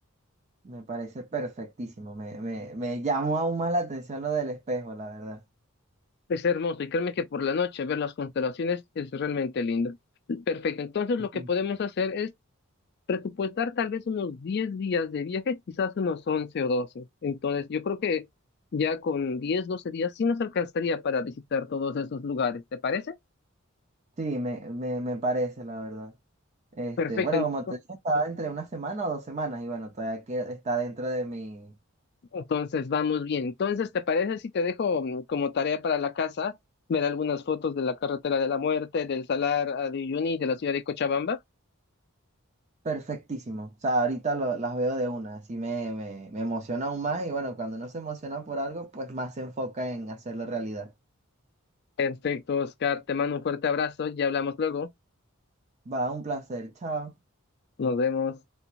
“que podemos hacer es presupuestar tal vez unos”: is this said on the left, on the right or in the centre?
Left